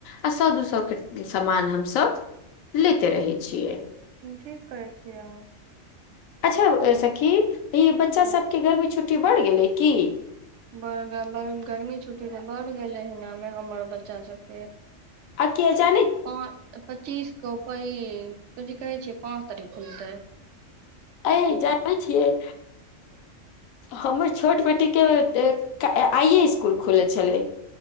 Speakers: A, on the left (about 85°); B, on the right (about 70°).
A: आ सौ दू सौ के सामान हमसभ लेते रहै छियै
B: ठीक करै छियै अहाँ
A: अच्छा सखी ई
B: ठीक
A: बच्चा
B: है।
A: सभके गर्मी छुट्टी बढ़ गेलै की
B: बड़ ब गर्मी छुट्टी तऽ बढ़ गेलै हनामे हमर बच्चा सभके
A: आ किया जय
B: प पच्चीस क क ई कुनचिज कहे छै पाँच तारीख खुलतै
A: ऐ जानै छियै हमर छोट बेटी के आइ ए स्कूल खुल छलै